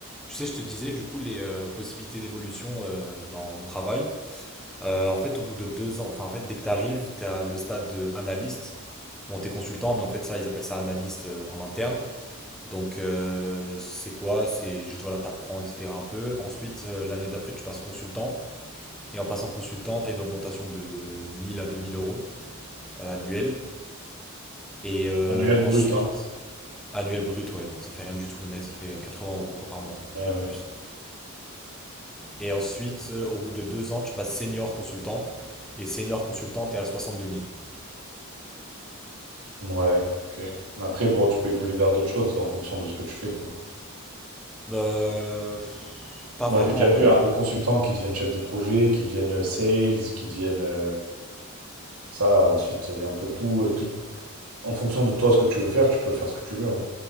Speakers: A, in the centre; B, on the right.
A: Tu sais, je te disais du coup les euh, possibilités d'évolution euh, dans mon travail. Euh, en fait, au bout de deux ans, enfin en fait, dès que tu arrives, tu as le stade de analyste. Bon, t'es consultant, mais en fait ça, ils appellent ça analyste euh, en interne. Donc euh, c'est quoi? C'est juste voilà, t'apprends, etc. un peu. Ensuite, euh, l'année d'après, tu passes consultant. Et en passant consultant, t'as une augmentation de 1000 à 2000 euros euh, annuel. Et euh,
B: Annuel
A: ensuite,
B: brut, hein.
A: annuel brut, ouais. Donc ça fait rien du tout net, ça fait 80 euros quoi par mois
B: Ouais,
A: de
B: ouais.
A: plus. Et ensuite, euh, au bout de deux ans, tu passes senior consultant. Et senior consultant, t'es à 62 000.
B: Ouais, ok. Mais Après, bon, tu peux évoluer vers d'autres choses en fonction de ce que tu fais, quoi.
A: Euh, pas
B: Moi,
A: vraiment
B: j'ai déjà
A: en
B: vu
A: vrai.
B: hein,
A: hein.
B: des consultants qui deviennent chefs de projet, qui deviennent euh, sales, qui deviennent euh, ça. Ensuite, il y a un peu tout, euh, tout. En fonction de toi, ce que tu veux faire, tu peux faire ce que tu veux. hein.